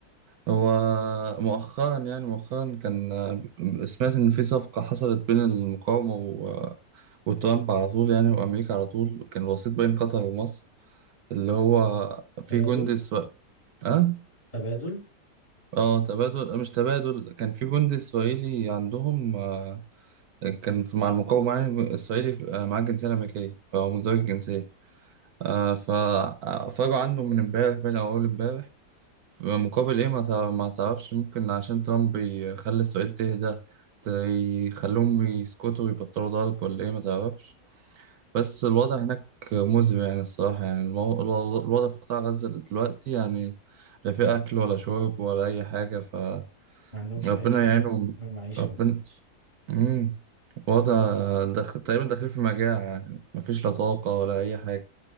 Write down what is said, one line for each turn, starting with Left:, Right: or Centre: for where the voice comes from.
Right: هو مؤخرا يعني مؤخرا كان آه، سمعت ان في صفقة حصلت بين المقاومة و- آه، وترامب على طول يعني وامريكا على طول كان وسيط بين قطر ومصر اللي هو في
Left: تبادل
Right: جندي اسرائيلي اه
Left: تبادل
Right: اه تبادل مش تبادل كان في جندي اسرائيلي عندهم آه، كان في- مع المقاومة يعني اسرائيلي آه، معاه جنسية امريكية فهو مزدوج الجنسية آه، فأفرجوا عنه من امبارح بين أول امبارح في مقابل إيه ما تع- ما تعرفش ممكن عشان ترامب يخلي إسرائيل تهدى ت- يخلوهم يسكتوا ويبطلوا ضرب ولا إيه ما تعرفش بس الوضع هناك مزري يعني الصراحة يعني المو... الو- الوضع في قطاع غزة دلوقتي يعني لا في أكل ولا شرب ولا أي حاجة فربنا
Left: ما عندهمش أي
Right: يعينهم
Left: حاجة من المعيشة
Right: ربنا مم. وضع دخ... تقريبا داخلين في مجاعة يعني مفيش لا طاقة ولا أي حاجة.